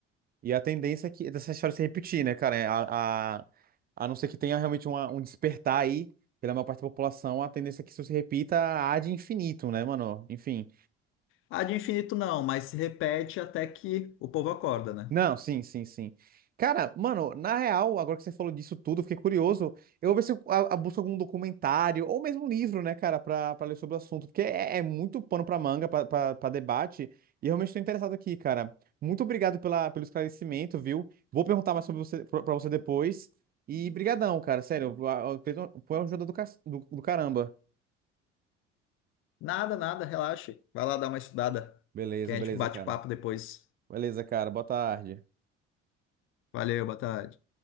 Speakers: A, on the right; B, on the left.
A: E a tendência é que dessa história se repetir, né, cara? É, A, a, a não ser que tenha realmente uma- um despertar aí pela maior parte da população, a tendência é que isso se repita há de infinito, né, mano? Enfim.
B: Ah, de infinito não, mas se repete até que o povo acorda, né?
A: Não, sim, sim, sim. Cara, mano, na real, agora que você falou disso tudo, eu fiquei curioso. Eu vou ver se eu a- a- busco algum documentário ou mesmo um livro, né, cara, pra, pra ler sobre o assunto, porque é, é muito pano pra manga, pra, pra, pra debate, e realmente estou interessado aqui, cara. Muito obrigado pela, pelo esclarecimento, viu? Vou perguntar mais sobre você, pra, pra você depois. E brigadão, cara, sério, a- a- foi uma foi uma ajuda do, ca- do do caramba.
B: Nada, nada, relaxe. Vai lá dar uma estudada,
A: Beleza,
B: que a
A: beleza,
B: gente bate
A: cara.
B: papo depois.
A: Beleza, cara, boa tarde.
B: Valeu, boa tarde.